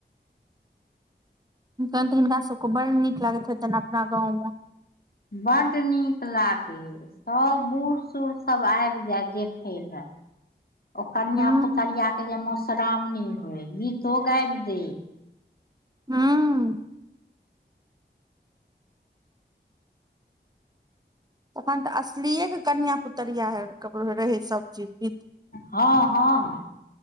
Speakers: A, on the right; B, on the left.
A: तहन तऽ हिनका सबके बड़ नीक लागैत हेतनि अपना गाँंव में।
B: बड नीक लागे। सब बूढ़ सूढ़ सब आबि जाय देखे ला। ओ कनिआ
A: हूं
B: पुतरिआके जे मधुश्राावणी होय गीतो गाबि दय।
A: हँ अखन तऽ असलीएके कनिया पुतरिया हैत ककरो रहै सभचीज जीत
B: हँ हँ